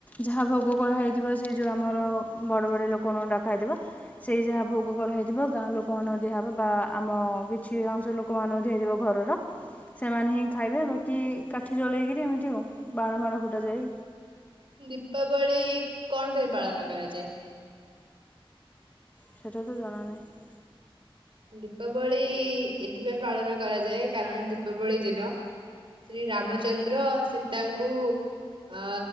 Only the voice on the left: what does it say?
ଯାହା ଭୋଗ କରାହଇଥିବ ସେଇ ଯୋଉ ଆମର ବଡ଼ ବଡ଼ ଲୋକମାନଙ୍କୁ ଡାକହେଇଥିବ ସେଇ ଯାହା ଭୋଗ କରାହଇଥିବ ଗାଁ ଲୋକମାନଙ୍କୁ ଦିଆହବ ବା ଆମ କିଛି ଅଂଶ ଲୋକମାନଙ୍କୁ ଦିଆ ଯିବ ଘରର ସେମାନେ ହିଁ ଖାଇବେ ବାକି କାଠି ଜଳେଇକିରି ଏମିତି ଆଉ। ବାଣ ଫାଣ ଫୁଟାଯାଏ
ସେଟା ତ ଜଣା ନାହିଁ।